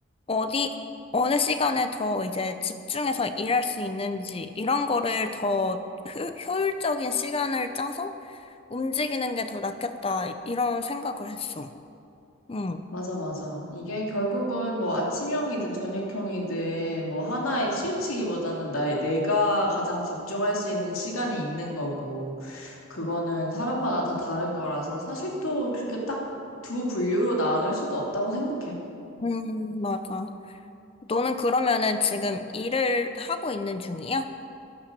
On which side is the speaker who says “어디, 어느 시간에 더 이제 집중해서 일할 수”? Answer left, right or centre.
Left